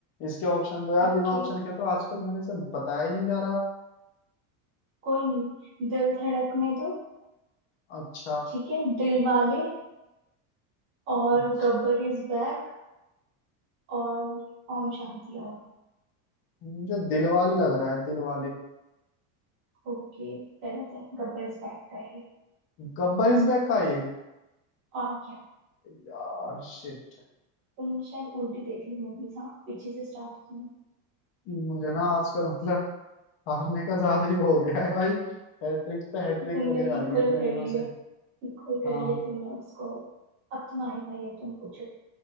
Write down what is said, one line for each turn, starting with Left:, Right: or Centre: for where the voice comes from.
Left: इसके ऑप्शन दो यार
Right: ओके
Left: बिना ऑप्शन के तो आजकल मेरे से बताया ही नहीं जा रहा
Right: कोई नहीं दिल धड़कने दो
Left: अच्छा
Right: ठीक है दिल वाले और
Left: अच्छा
Right: गब्बर इज बैक और ओम शांति ओम
Left: मुझे दिल वाले लग रहा है Dilwale
Right: ओके गलत है गब्बर इज बैक का है ये
Left: Gabbar is back का ये
Right: और क्या
Left: यार शिट
Right: तुमने शायद उल्टी देख ली मूवीज हाँ पीछे से स्टार्ट की
Left: मुझे ना आजकल मतलब हारने का ज्यादा ही वो हो गया है भाई हैट्रिक
Right: <laughs>
Left: पे हैट्रिक
Right: तुमने
Left: लगे जा
Right: इक्वल
Left: रही है इतने
Right: कर
Left: दिनों
Right: लिया
Left: से
Right: इक्वल कर
Left: हाँ
Right: लिया तुमने उसको अब तुम्हारी बारी अब तुम पूछो